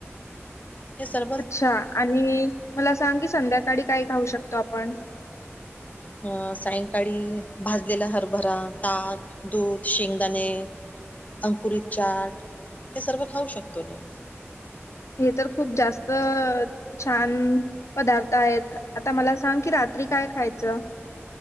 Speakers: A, on the left (about 35°); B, on the left (about 80°).
A: हे सर्व
B: अच्छा. आणि मला सांग कि संध्याकाळी काय खाऊ शकतो आपण.
A: अं सायंकाळी भाजलेला हरभरा, ताक, दूध, शेंगदाणे अंकुरीत चाट हे सर्व खाऊ शकतोन.
B: हे तर खूप जास्त छान पदार्थ आहेत. आता मला सांग कि रात्री काय खायचं?